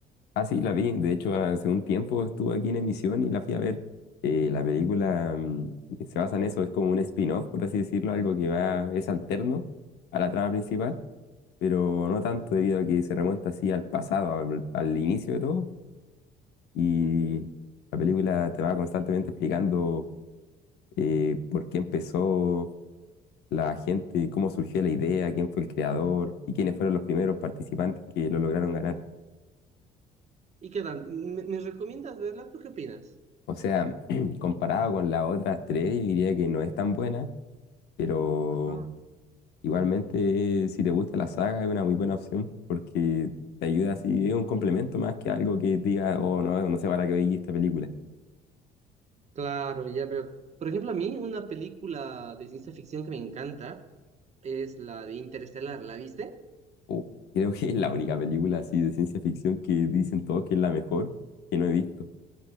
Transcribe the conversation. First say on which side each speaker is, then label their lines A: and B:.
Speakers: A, on the left; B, on the right.
A: Ah, sí, la vi. De hecho, hace un tiempo estuvo aquí en emisión y la fui a ver. Eh, la película mm, se basa en eso, es como un spin-off, por así decirlo, algo que va, es alterno a la trama principal, pero no tanto debido a que se remonta así al pasado, al al inicio de todo y
B: Ujú.
A: la película te va constantemente explicando eh, por qué empezó la gente, cómo surgió la idea, quién fue el creador y quiénes fueron los primeros participantes que lo lograron ganar.
B: ¿Y qué tal? ¿Me, me recomiendas verla? ¿Tú qué opinas?
A: O sea, <clears throat> comparado con las otras tres, yo diría que no es tan buena, pero
B: Ah,
A: igualmente eh, si te gusta la saga es una muy buena opción porque te ayuda así, es un complemento más que algo que diga, oh no, no sé para qué veí esta película.
B: claro, ya veo. Por ejemplo, a mí una película de ciencia ficción que me encanta es la de Interestelar. ¿La viste?
A: Uh, Creo que <laughs> es la única película así de ciencia ficción que dicen todos que es la mejor que no he visto.